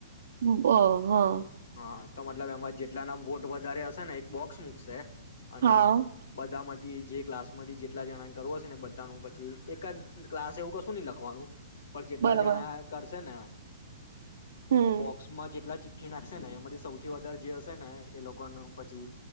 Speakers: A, on the right (about 70°); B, on the left (about 70°).
A: બહ હા.
B: હા તો મતલબ એમાં જેટલાના વોટ વધારે હશે ને એક બોક્સ મુકશે અને
A: હા
B: બધામ જે ક્લાસ માંથી જેટલા જણા કરવ હશે ને બધાનું પછી એક જ ક્લાસ એવું કશું નહી લખવાનું. પણ જેટલા
A: બરોબર
B: જણા કરશે ને
A: હમ
B: બોક્સમાં જેટલા ચિત એ નાખશે ને એમાંથી સૌથી વધારે જે હશે ને એ લોકોનું પછી